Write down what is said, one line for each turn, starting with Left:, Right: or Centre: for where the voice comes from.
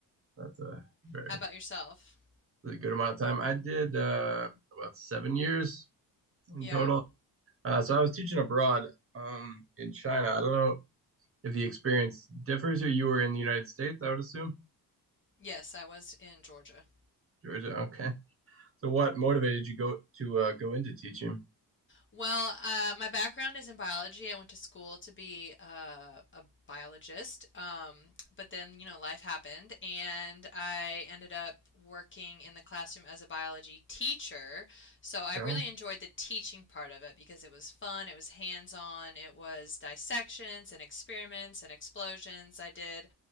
Right: That's a very
Left: How about yourself?
Right: that's a good amount of time. I did uh, about seven years in
Left: Yeah.
Right: total. Uh, so I was teaching abroad um, in China. I don't know if the experience differs or you were in the United States, I would assume.
Left: Yes, I was in Georgia.
Right: Georgia. Okay. So what motivated you go to uh, go into teaching?
Left: Well, uh, my background is in biology. I went to school to be uh, a biologist, um, but then, you know, life happened, and I ended up working in the classroom as a biology teacher. So I
Right: Yeah.
Left: really enjoyed the teaching part of it because it was fun, it was hands-on, it was dissections and experiments and explosions. I did